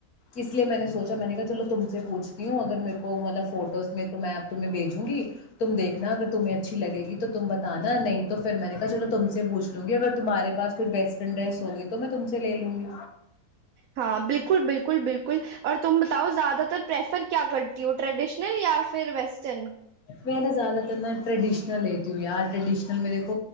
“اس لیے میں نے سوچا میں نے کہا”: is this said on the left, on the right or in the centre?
Left